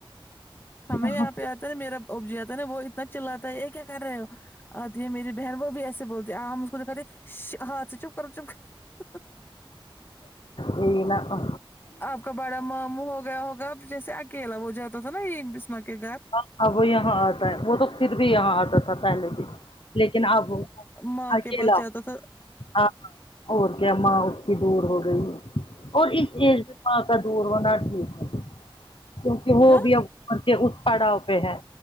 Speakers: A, on the left; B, on the left.
A: ہمیں
B: یہی
A: یہاں پہ آتا ہے میرا ابج آتا نا وہ اتنا چلاتا ہے یہ کیا کر رہے ہو آتی ہے میری بہن بو بھی ایسے بولتے ہیں امم اس کو د یکہاتے ہے یش ہاں سے چپ کرو چپ کر
B: یہی نا تو
A: آپ کا بڑا ماموں ہو گیا ہوگا جیسے اکیلا وہ جاتا تھا نا یہ بسما کے گھر
B: ہاں اب وہ یہاں آتا ہے وہ تو پھر بھی یہاں آتا تھا پہلے بھی لیکن اب وہ
A: ماں
B: اکیلا
A: کے پاس جاتا تھا
B: ہاں اور کیا ماں اس کی دور ہو گئی ہے اور اس ایج ماں کا دور ہونا ٹھیک ہے کیونکہ وہ
A: ہاں
B: بھی اب عمر کے اس پڑاؤ پہ ہے